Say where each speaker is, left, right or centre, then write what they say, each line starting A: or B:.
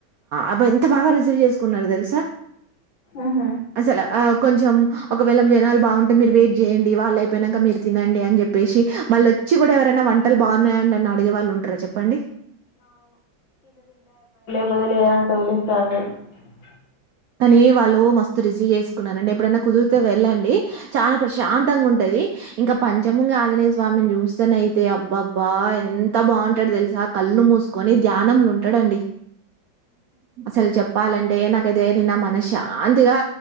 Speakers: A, on the right; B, on the left.
A: అబ ఎంత బాగా రిసీవ్ చేసుకున్నారు తెలుసా
B: ఊహూ
A: అసలు కొంచెం ఒకవేళ జనాలు బాగుంటే మీరు వెయిట్ చేయండి వాళ్ళు అయిపోయినాక మీరు తినండి అని చెప్పేసి మళ్ళీ వచ్చి కూడా ఎవరైనా వంటలు బాగున్నాయండి అని అడిగేవాళ్ళవుటారా చెప్పండి
B: ఎవలు అ <unintelligible>
A: కానీ వాళ్ళు మస్తు రిసీవ్ చేసుకున్నారంండి ఎప్పుడైనా కుదిరితే వెళ్ళండి చాలా ప్రశాంతంగా ఉంటుది ఇంకా పంచముంగి ఆంజనేయ స్వామిని చూస్తాన అయితే అబ్బా అబ్బా ఎంత బాగుంటాడు తెలుసా కళ్ళు మూసుకొని ధ్యానలు ఉంటాడండి అసలు చెప్పాలంటే నాకైతే అదే నిన్న మన శాంతిగా